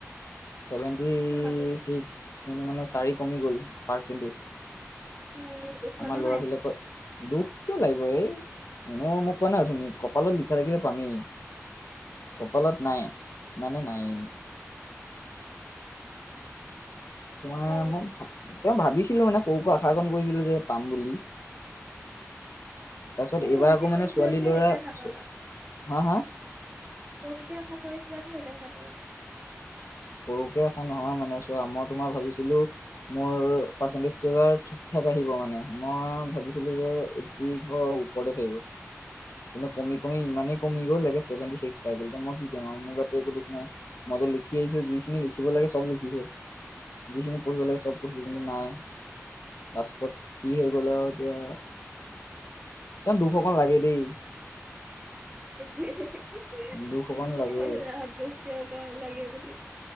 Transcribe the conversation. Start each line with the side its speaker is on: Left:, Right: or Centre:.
Left: ছেভেণ্টি
Right: কিয় নাপাব?
Left: ছিক্স, কিন্তু মানে চাৰি কমি গ'ল পাৰ্চেণ্টেছ।
Right: অ' দুখ লগা
Left: আমাৰ ল'ৰা
Right: নাই
Left: বিলাকৰ। দুখ কিয় লাগিব এই, এনেও মই কোৱা নাই অথনি, কপালত লিখা থাকিলে পামেই। কপালত নাই, মানে নাইয়ে। তোমাৰ
Right: সঁচা।
Left: মোক ভা তেওঁ ভাবিছিলো মানে সৰু পা আশাকণ কৰিছিল যে পাম বুলি। তাৰ পিছত
Right: এ
Left: এইবাৰ
Right: সৰুকে
Left: আকৌ মানে
Right: কৰিছিলা
Left: ছোৱালী
Right: যে
Left: ল'ৰা,
Right: সেইকাৰণে নাপালা
Left: ছো হা- হা।
Right: সৰুকে আশা কৰিছিলা যে, সেইকাৰণে নাপালা।
Left: সৰুকে আশা নহয় মানে চোৱা, মই তোমাৰ ভাবিছিলো মোৰ পাৰ্চেণ্টেছটো এবাৰ ঠিক ঠাক আহিব মানে, মই ভাবিছিলোঁ যে তি ঘৰৰ ওপৰতে থাকিব। কিন্তু কমি-কমি ইমানেই কমি গ'ল একে ছেভেটি ছিক্স পাই গ'লগে, এতিয়া মই কি কৰিম আও মোৰ গাতো একো দোষ নাই। মইতো লিখি আহিছো, যিখিনি লিখিব লাগে চব লিখিছো। যিখিনি পঢ়িব লাগে চব পঢ়িছো, কিন্তু নাই। লাষ্টত কি হৈ গ'ল আও এতিয়া, তেও দুখ অকন লাগে দেই।
Right: সেইটোৱে,
Left: দুখ অকণ
Right: উম,
Left: লাগে
Right: কি কৈছা <unintelligible> দুখটো <unintelligible> লাগে বুলি।